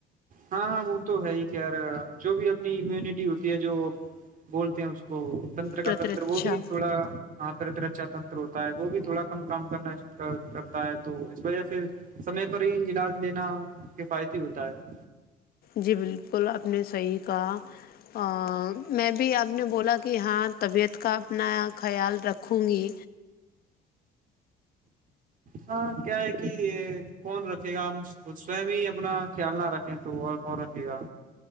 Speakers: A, on the right (about 50°); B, on the left (about 60°).
A: ہاں ہاں وہ تو ہے ہی یار جو بھی اپنی امیوونٹی ہوتی ہے جو بولتے ہیں اس کو تنتر کا
B: پرترچھا
A: تنر وہ بھی تھوڑا پتر اچھا تنر ہو وہ بھی تھوڑا کم کام کرنا کرتا ہے تو اس وجہ سے سمے پر ہی علاج لینا کفایتی ہوتا ہے
B: جی بالکل آپ نے صحیح کہا میں بھی آپ نے بولا کہ ہاں طبیعت کا اپنایا خیال رکھوں گی
A: ہاں کیا ہے کہ کون رکھے گا ہم سوم ہی اپنا خیال نہ رکھیں تو اور کون رکھے گا